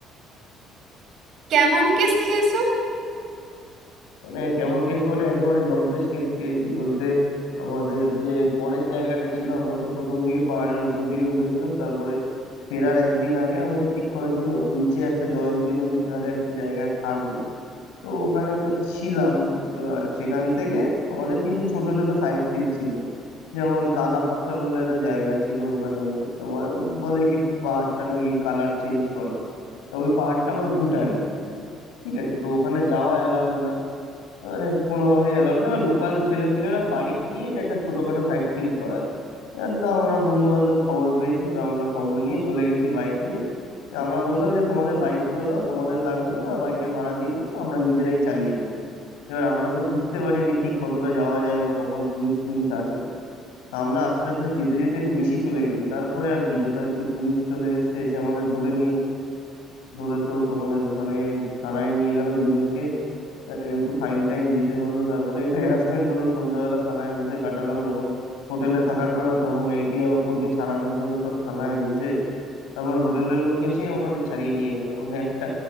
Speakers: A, on the right (about 55°); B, on the left (about 70°).
A: কেমন কেস খেয়েছো
B: মানে কেমন কেস মানে একেবারে জম্পেশ কেস পেয়েছি বলতে আমাদের যে পরের জায়গাটা ছিল আমরা তো প্রথম দিকে পাহাড়ের উপর দিকে উঠেছিলাম তারপরে ফেরার একদিন আগে আমাদের ঠিক করা ছিল নিচে একটা জয়ন্তী নদীর ধারে একটা জায়গায় থাকবো তো ওখানে তো ছিলাম এবার সেখান থেকে আমাদের কিছু ছোট ছোট সাইট সিন ছিল যেমন কালা পাথর বলে একটা জায়গা ছিল ওখানে তোমার বলে কি পাহাড়টা নাকি কালার চেঞ্জ করে তা ওই পাহাড়টা আবার ভুটানে ঠিক আছে তো ওখানে যাওয়া অ্যালাউড না মানে কোনোভাবেই অ্যালাউড না লোকাল ছেলেপুলেরা বাইক নিয়ে যে একটা ছোটখাটো সাইট সিন করায় আর তো আমরা বন্ধু বান্ধব খবর পেয়েছি তো আমরা খবর নিয়ে চলে গেছি বাইক নিয়ে তো আমরা বললাম যে তোমাদের বাইক গুলো দাও তোমাদের লাগবে না আমরা বাইকের ভাড়া দিয়ে দেবো আমরা নিজেরাই চালিয়ে নেবো এবার আমরা তো বুঝতে পারিনি ঠিক কতটা যাওয়া যায় বা কখন পুলিশ টুলিশ আসে তা আমরা আস্তে আস্তে যেতে যেতে একটু বেশি চলে গেছি তারপরে আর কি যথারীতি পুলিশ চলে এসেছে এসে আমাদের ধরে নিয়েছে ধরে তো তোমাদের ওখানে থানায় নিয়ে গেল দুজনকে আহ, একটু ফাইন টাইন দিতে হলো তারপরে একটু হ্যারাসমেন্ট হলো সন্ধ্যাবেলা থানায় বসে কাটালাম যখন হোটেলে থাকার কথা তখন এ এ অপরকে ছাড়ানোর জন্য সব থানায় বসে তারপর হোটেলের লোক এসে আমাদের ছাড়িয়ে নিয়ে গেল মানে একটা